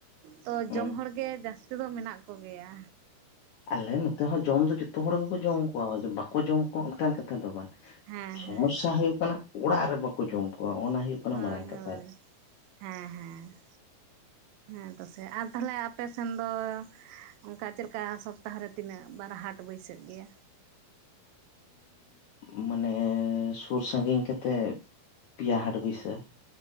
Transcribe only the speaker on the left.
ᱦᱮᱸ
ᱟᱞᱮ ᱱᱚᱛᱮ ᱦᱚᱸ ᱡᱚᱢ ᱫᱚ ᱡᱚᱛᱚ ᱦᱚᱲ ᱜᱮᱠᱚ ᱡᱚᱢ ᱠᱚᱣᱟ ᱵᱟᱠᱚ ᱡᱚᱢ ᱠᱚᱣᱟ ᱚᱱᱠᱟᱱ ᱠᱟ ᱫᱚ ᱵᱟᱝ
ᱥᱚᱢᱚᱥᱥᱟ ᱦᱩᱭᱩᱜ ᱠᱟᱱᱟ ᱚᱲᱟᱜ ᱨᱮ ᱵᱟᱠᱚ ᱡᱚᱢ ᱠᱚᱣᱟ ᱚᱱᱟ ᱦᱩᱭᱩᱜ ᱠᱟᱱᱟ
ᱢᱟᱨᱟᱝ ᱠᱟᱛᱷᱟ
ᱩᱻ ᱢᱟᱱᱮ ᱥᱩᱨ ᱥᱟᱺᱜᱤᱧ ᱠᱟᱛᱮᱫ ᱯᱮᱭᱟ ᱦᱟᱴ ᱵᱟᱹᱭᱥᱟᱹ